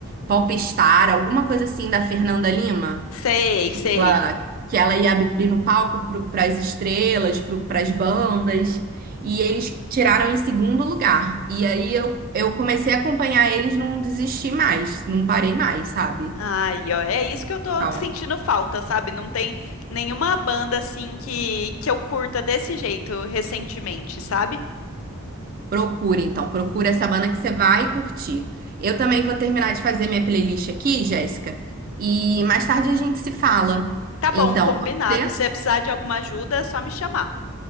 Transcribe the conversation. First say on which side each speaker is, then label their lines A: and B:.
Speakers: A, on the right; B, on the left.
A: Popstar, alguma coisa assim, da Fernanda Lima
B: Sei, sei.
A: ela- que ela ia abrir no palco para as estrelas, para as bandas, e eles tiraram em segundo lugar. E aí eu, eu comecei a acompanhar eles, não desisti mais, não parei mais, sabe?
B: Ai, ó, é isso que eu tô
A: Calma.
B: sentindo falta, sabe? Não tem nenhuma banda assim que, que eu curta desse jeito recentemente, sabe?
A: Procura então, procura essa banda que você vai curtir. Eu também vou terminar de fazer minha playlist aqui, Jéssica, e mais tarde a gente se fala.
B: Tá bom,
A: Então,
B: combinado.
A: pode ser?
B: Se você precisar de alguma ajuda, é só me chamar.